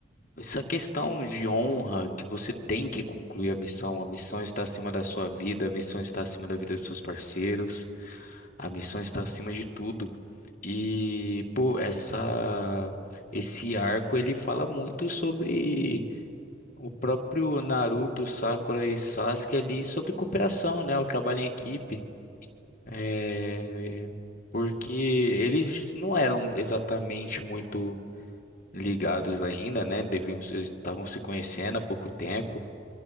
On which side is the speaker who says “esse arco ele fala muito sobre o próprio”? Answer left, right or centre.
Left